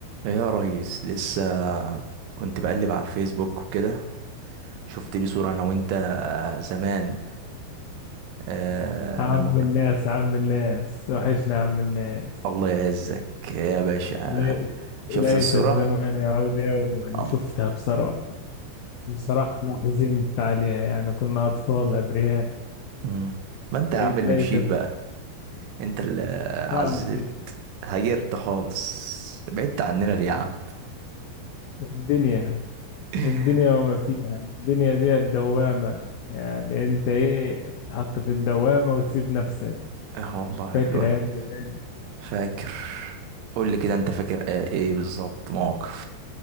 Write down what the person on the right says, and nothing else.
يا ريس لسه كنت بقلب على الفيسبوك وكده شفت لي صورة انا وانت آه، زمان آه
لما كنت
الله يعزك يا باشا
شفت
الصورة
الله
مم. ما انت يا عم
اللي
مشيت
بقى انت اللي عزلت
هيرت خالص بعدت عننا ليه يا عم
<laughs>
اه والله
الوقت
فاكر قول لي كده انت فاكر آه ايه بالظبط موقف